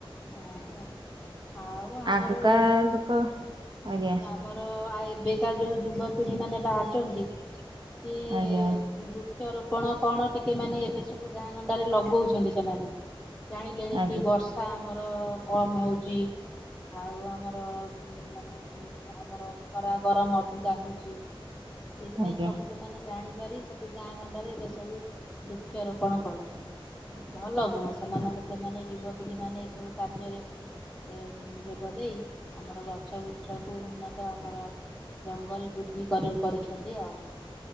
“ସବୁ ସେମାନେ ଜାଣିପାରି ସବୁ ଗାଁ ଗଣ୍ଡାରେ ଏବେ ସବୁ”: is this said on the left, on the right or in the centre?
Centre